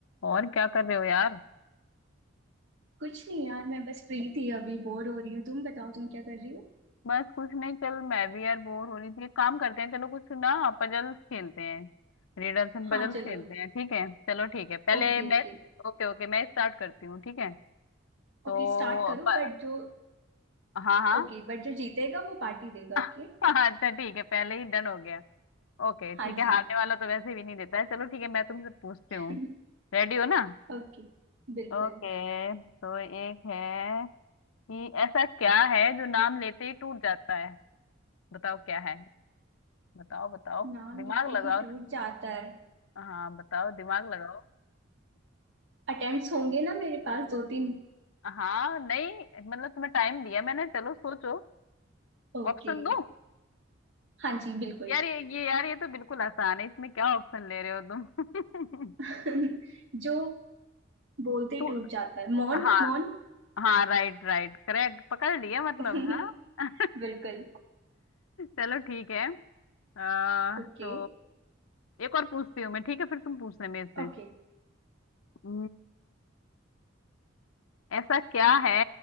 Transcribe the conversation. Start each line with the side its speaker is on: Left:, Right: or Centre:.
Left: और क्या कर रहे हो यार
Right: कुछ नहीं यार मैं बस फ्री थी अभी बोर हो रही हूँ तुम बताओ तुम क्या कर रही हो
Left: बस कुछ नहीं चल मैं भी यार बोर हो रही थी एक काम करते हैं चलो कुछ ना पजल्स खेलते हैं रिडल्स एंड
Right: हाँ
Left: पजल्स
Right: चलो
Left: खेलते हैं ठीक है चलो ठीक है पहले
Right: Okay
Left: मैं
Right: okay
Left: ओके ओके मैं स्टार्ट करती हूँ ठीक है तो
Right: ओके स्टार्ट करो
Left: प,
Right: बट जो
Left: हाँ हाँ
Right: ओके बट जो जीतेगा वो पार्टी देगा
Left: <laughs>
Right: ओके
Left: अच्छा ठीक है पहले ही डन हो गया ओके
Right: हाँ
Left: ठीक
Right: जी
Left: है हारने वाला तो वैसे भी नहीं देता है चलो ठीक है मैं तुमसे पूछती
Right: <laughs>
Left: हूँ रेडी हो ना
Right: ओके बिल्कुल
Left: ओके तो एक है कि ऐसा क्या है जो नाम लेते ही टूट जाता है बताओ क्या है बताओ बताओ
Right: नाम
Left: दिमाग
Right: लेते
Left: लगाओ
Right: ही टूट जाता है
Left: हाँ बताओ दिमाग लगाओ
Right: अटेम्प्ट्स होंगे ना मेरे पास दो तीन
Left: <laughs> हाँ नहीं मतलब तुम्हें टाइम दिया मैंने चलो सोचो
Right: ओके
Left: ऑप्शन दो
Right: हाँ जी बिल्कुल
Left: यार ये ये यार ये तो बिल्कुल आसान है इसमें क्या ऑप्शन ले रहे हो तुम <laughs>
Right: <laughs> जो बोलते ही
Left: तू
Right: टूट जाता है मौन
Left: हाँ
Right: मौन
Left: हाँ राइट राइट करेक्ट पकड़ लिया मतलब
Right: <laughs>
Left: हाँ <laughs>
Right: बिल्कुल
Left: चलो ठीक है आ,
Right: Okay
Left: तो एक और पूछती हूँ मैं ठीक है फिर तुम पूछना मेरे
Right: okay
Left: से ऐसा क्या है